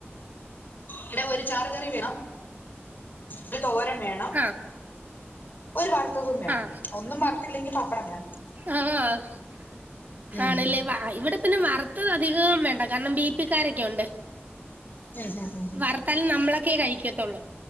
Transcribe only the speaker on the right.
ആ
ആ
ആഹ് അഹ്
ആണ്ല്ലേ ഇവിടെ പിന്നെ വറുത്തതധികം വേണ്ട കാരണം ബി പ്പിക്കാരൊക്കെ ഉണ്ട്
വർത്താലും നമ്മളൊക്കെ കഴിക്കത്തുള്ളൂ